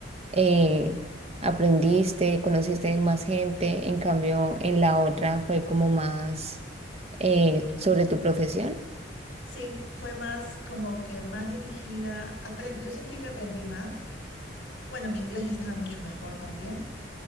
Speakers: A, on the right; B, on the left.
A: eh, aprendiste, conociste más gente, en cambio en la otra fue como más eh, sobre tu profesión.
B: Sí, fue más como que más dirigida. apren- Yo sentí que aprendí más. Bueno, mi inglés ya estaba mucho mejor también,